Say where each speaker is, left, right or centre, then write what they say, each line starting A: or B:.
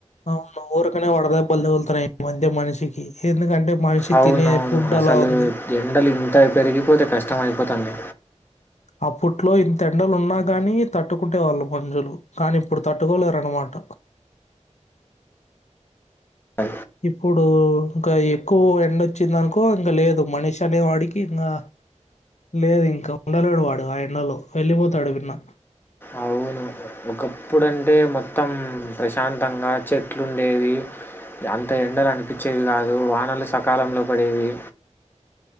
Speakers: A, on the left; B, on the left.
A: అవును ఊరికనే వడ దెబ్బలు తగులుతున్నాయి ఈ మధ్య మనిషికి ఎందుకంటే మనిషి
B: అవునవును.
A: తినే ఫుడ్
B: అసలు
A: అలా ఉంది
B: ఎండలు ఇంత పెరిగిపోతే కష్టమ అయిపోతాంది
A: అప్పట్లో ఇంత ఎండలు ఉన్నాగాని తట్టుకుంటే వాళ్ళు మంజులు కానీ ఇప్పుడు తట్టుకోలేరన్నమాట
B: అ
A: ఇప్పుడు ఇంకా ఎక్కువ ఎండొచ్చిందనుకో ఇంక లేదు మనీష అనే వాడికి ఇంకా లేదు ఇంకా ఉండలేడు వాడు ఆ ఎండలో వెళ్ళిపోతాడు విన్న
B: అవును ఒకప్పుడంటే మొత్తం ప్రశాంతంగా చెట్లు ఉండేవి అంత ఎండలు అనిపించేవి కాదు వానలు సకాలంలో పడేవి